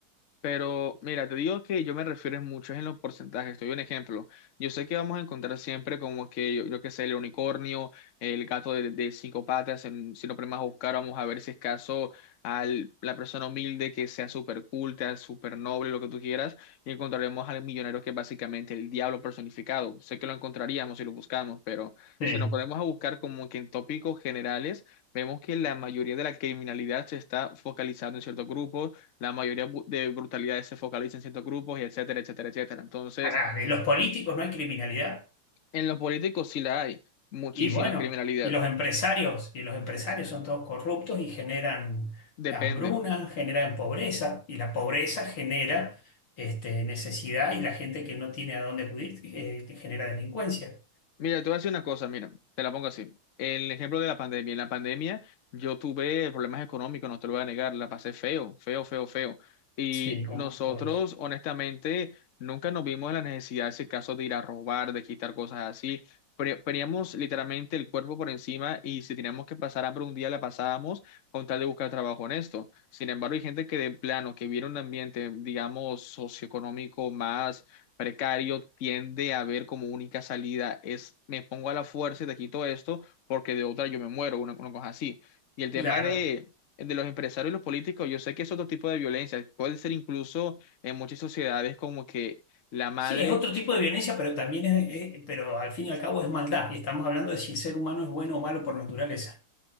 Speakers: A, on the left; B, on the left.
A: Pero mira, te digo que yo me refiero es mucho es en los porcentajes. Te doy un ejemplo. Yo sé que vamos a encontrar siempre como que, yo, yo qué sé, el unicornio, el gato de, de cinco patas. en- si lo ponemos a buscar, vamos a ver si es caso a la persona humilde que sea súper culta, súper noble, lo que tú quieras. Y encontraremos al millonero que es básicamente el diablo personificado. Sé que lo encontraríamos si lo buscamos, pero
B: Sí.
A: si nos ponemos a buscar como que en tópicos generales, vemos que la mayoría de la criminalidad se está focalizando en ciertos grupos la mayoría bu- de brutalidades se focalizan en ciertos grupos y etcétera, etcétera, etcétera. Entonces,
B: Pará, en los políticos no hay criminalidad.
A: en los políticos sí la hay, muchísima
B: Y bueno,
A: criminalidad.
B: y los empresarios, y los empresarios son todos corruptos y generan
A: Depende.
B: hambruna, generan pobreza, y la pobreza genera este, necesidad y la gente que no tiene a dónde acudir eh, genera delincuencia.
A: Mira, te voy a decir una cosa, mira, te la pongo así. El ejemplo de la pandemia. En la pandemia yo tuve problemas económicos, no te lo voy a negar, la pasé feo, feo, feo, feo. Y
B: Sí, como
A: nosotros,
B: todos.
A: honestamente, nunca nos vimos en la necesidad, ese caso, de ir a robar, de quitar cosas así. Pre- Poníamos literalmente el cuerpo por encima y si teníamos que pasar hambre un día, la pasábamos con tal de buscar trabajo honesto. Sin embargo, hay gente que de plano, que viene un ambiente, digamos, socioeconómico más precario, tiende a ver como única salida es me pongo a la fuerza y te quito esto porque de otra yo me muero, una, una cosa así. Y el tema
B: Claro.
A: de, de los empresarios y los políticos, yo sé que es otro tipo de violencia, puede ser incluso en muchas sociedades como que la madre
B: Sí, es otro tipo de violencia, pero también es, es- pero al fin y al cabo es maldad. Y estamos hablando de si el ser humano es bueno o malo por naturaleza.